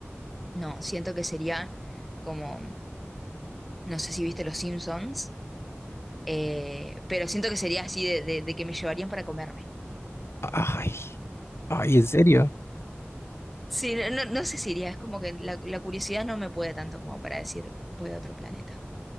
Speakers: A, in the centre; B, on the left.
A: no, siento que sería como, no sé si viste Los Simpsons, eh, pero siento que sería así de, de- de que me llevarían para comerme.
B: Ay, ay, ¿en serio?
A: Sí, no, no, no sé si iría, es como que la, la curiosidad no me puede tanto como para decir voy a otro planeta.